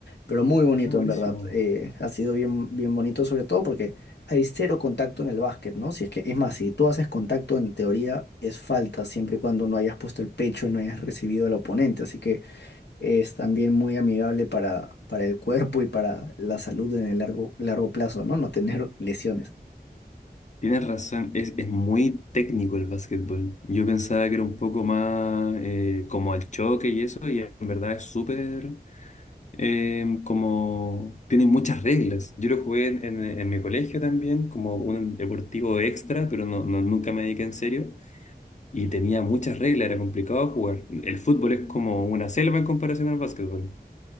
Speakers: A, on the left; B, on the left.
A: Pero muy bonito,
B: Ah, buenísimo.
A: en verdad. eh, ha sido bien, bien bonito, sobre todo porque hay cero contacto en el básquet, ¿no? Si es que, es más, si tú haces contacto, en teoría es falta, siempre y cuando no hayas puesto el pecho y no hayas recibido al oponente. Así que es también muy amigable para, para el cuerpo y para la salud en el largo, largo plazo, ¿no? No tener <laughs> lesiones.
B: Tienes razón, es, es muy técnico el básquetbol. Yo pensaba que era un poco más eh, como al choque y eso, y en verdad es súper eh, como... Tiene muchas reglas. Yo lo jugué en, en- en mi colegio también, como un deportivo extra, pero no, no- nunca me dediqué en serio. Y tenía muchas reglas, era complicado jugar. El fútbol es como una selva en comparación al básquetbol.